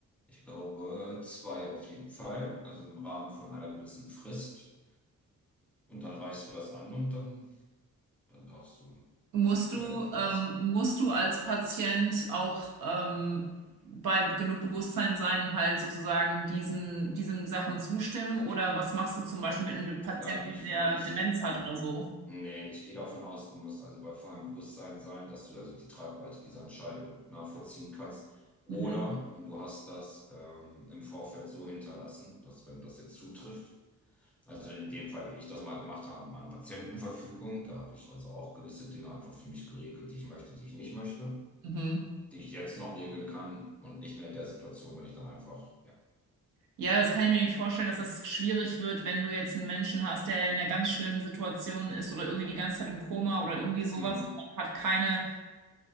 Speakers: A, in the centre; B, on the right.
A: Ich glaube, zwei auf jeden Fall, also im Rahmen von einer gewissen Frist. Und dann reichst du das an und dann, dann darfst du
B: Musst du,
A: dir helfen
B: ähm,
A: lassen.
B: musst du als Patient auch ähm, bei genug Bewusstsein sein und halt sozusagen diesen, diesen Sachen zustimmen? Oder was machst du zum Beispiel mit einem
A: Da
B: Patienten,
A: gehe ich
B: der
A: von aus.
B: Demenz hat
A: Hm.
B: oder so?
A: Nee, ich gehe davon aus, du musst also bei vollem Bewusstsein sein, dass du also die Tragweite dieser Entscheidung nachvollziehen kannst. Oder
B: Mhm.
A: und du hast das ähm, im Vorfeld so hinterlassen, dass wenn das jetzt zutrifft, also in dem Fall, wie ich das mal gemacht habe, mit meiner Patientenverfügung, da habe ich also auch gewisse Dinge einfach für mich geregelt, die ich möchte, die ich nicht möchte,
B: Mhm.
A: die ich jetzt noch regeln kann und nicht mehr in der Situation, wenn ich dann einfach, ja,
B: Ja, das kann ich mir nicht vorstellen, dass das schwierig wird, wenn du jetzt einen Menschen hast, der in einer ganz schlimmen Situation ist oder irgendwie die ganze Zeit im Koma oder irgendwie sowas
A: mhm.
B: und man hat keine